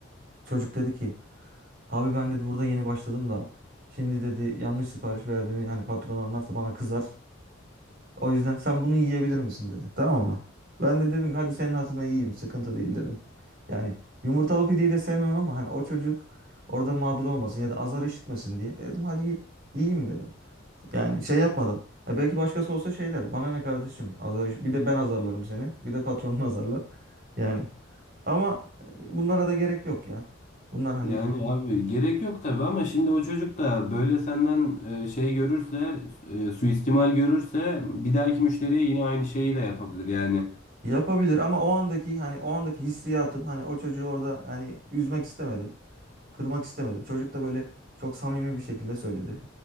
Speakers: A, on the right (about 45°); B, on the left (about 35°).
A: Çocuk dedi ki Abi ben dedi burada yeni başladım da şimdi dedi yanlış sipariş verdiğimi hani patron anlarsa bana kızar. O yüzden sen bunu yiyebilir misin dedi. Tamam mı? Ben de dedim ki, hadi senin hatırına yiyeyim sıkıntı değil dedim. Yani yumurtalı pideyi de sevmem ama hani o çocuk orada mağdur olmasın ya da azar işitmesin diye. E dedim hadi ye- yiyeyim dedim. Yani şey yapmadım. Ha, belki başkası olsa şey der. Bana ne kardeşim? Azar iş. Bir de ben azarlarım seni. Bir de patronun <laughs> azarlar. Yani ama e, bunlara da gerek yok ya. Bunlar hani
B: Yani abi gerek yok tabii ama şimdi o çocuk da böyle senden e, şey görürse, e, suistimal görürse bir dahaki müşteriye yine aynı şeyi de yapabilir. Yani
A: Yapabilir ama o andaki hani o andaki hissiyatım hani o çocuğu orada hani üzmek istemedim. Kırmak istemedim. Çocuk da böyle çok samimi bir şekilde söyledi.